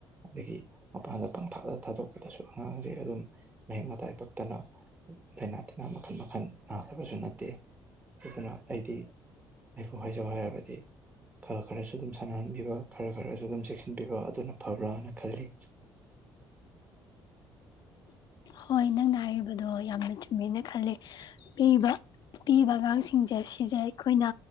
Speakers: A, on the right; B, on the left.
A: ꯑꯗꯒꯤ ꯃꯄꯥꯟꯗ ꯄꯪꯊꯥꯛꯂ ꯊꯥꯗꯣꯛꯄꯗꯁꯨ ꯑꯉꯥꯡꯁꯦ ꯑꯗꯨꯝ ꯃꯍꯤꯛ ꯃꯇꯥꯏ ꯄꯛꯇꯅ ꯂꯥꯏꯅꯥ ꯇꯤꯟꯅꯥ ꯃꯈꯜ ꯃꯈꯜ ꯅꯥꯗꯕꯁꯨ ꯅꯠꯇꯦ ꯑꯗꯨꯅ ꯑꯩꯗꯤ ꯑꯩꯕꯨ ꯍꯥꯏꯖꯧ ꯍꯥꯏꯔꯕꯗꯤ ꯈ ꯈꯔꯁꯤ ꯁꯥꯟꯅꯍꯟꯕꯤꯕ ꯈꯔ ꯈꯔꯁꯨ ꯑꯗꯨꯝ ꯆꯦꯛꯁꯤꯟꯕꯤꯕ ꯑꯗꯨꯅ ꯐꯕ꯭ꯔꯥꯅ ꯈꯜꯂꯤ ꯎꯝ
B: ꯍꯣꯏ ꯅꯪꯅ ꯍꯥꯏꯔꯤꯕꯗꯣ ꯌꯥꯝꯅ ꯆꯨꯝꯃꯦꯅ ꯈꯂꯦ ꯄꯤꯕ ꯄꯤꯕ ꯑꯉꯥꯡꯁꯤꯡꯁꯦ ꯁꯤꯁꯦ ꯑꯩꯈꯣꯏꯅ